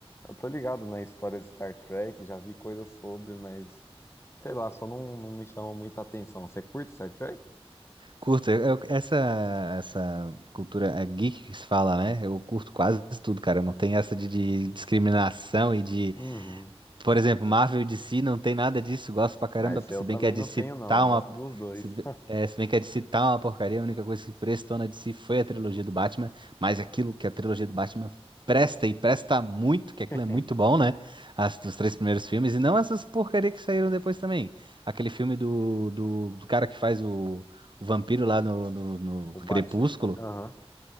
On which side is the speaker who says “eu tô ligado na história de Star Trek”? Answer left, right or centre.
Left